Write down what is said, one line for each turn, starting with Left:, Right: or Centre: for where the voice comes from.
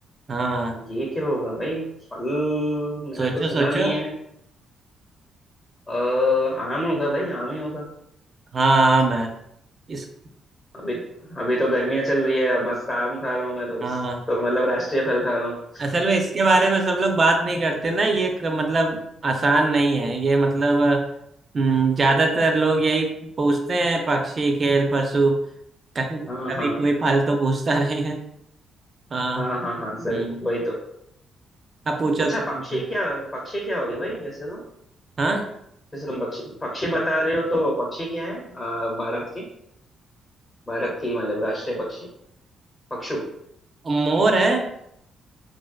Right: हाँ
Left: ये क्या होगा भाई फल मैंने
Right: सोचो
Left: तो सुना
Right: सोचो
Left: नहीं है अ, आम होगा भाई आम ही होगा
Right: हाँ आम है इस
Left: अभी अभी तो गर्मियाँ चल रही है मस्त आम खा रहा हूँ मैं रोज
Right: हाँ
Left: तो मतलब राष्ट्रीय फल खा रहा हूँ
Right: असल में इसके बारे में सब लोग बात नहीं करते ना ये क- मतलब आसान नहीं है ये मतलब हम्म, ज्यादातर लोग यही पूछते हैं पक्षी खेल पशु कभी
Left: हाँ
Right: कभी
Left: हाँ
Right: कोई फल तो पूछता नहीं है हाँ
Left: हाँ हाँ हाँ जरूर
Right: हम्म
Left: वही तो
Right: अब पूछो
Left: अच्छा
Right: तुम
Left: पक्षी
Right: पूछो
Left: क्या पक्षी क्या होगी भाई जैसे तो
Right: हाँ
Left: जैसे तुम पक्षी पक्षी बता रहे हो तो पक्षी क्या है अ, भारत के भारत की मतलब राष्ट्रीय पक्षी पक्षु
Right: मोर है